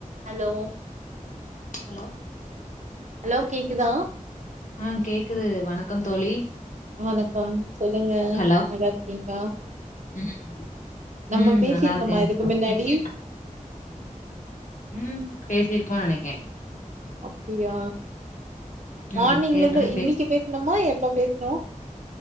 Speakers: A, on the right; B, on the left.
A: Hello
B: hello
A: hello கேக்குதா
B: அ கேக்குது வணக்கம் தோழி
A: வணக்கம் சொல்லுங்க
B: ஹலோ
A: நல்ல இருக்கீங்களா
B: ம்
A: நம்ப
B: ம்
A: பேசிருக்கமா
B: நல்லா இருக்கே
A: இதுக்கு மின்னாடி
B: இன்னைக்கு ம் பேசிருக்கோ நெனைக்கே
A: அப்டியா
B: ஆமா
A: மானிங்லந்து
B: ஏற்கனவே
A: இன்னிக்கு
B: பேசு
A: பேசணுமா என் இப்போ பேசணு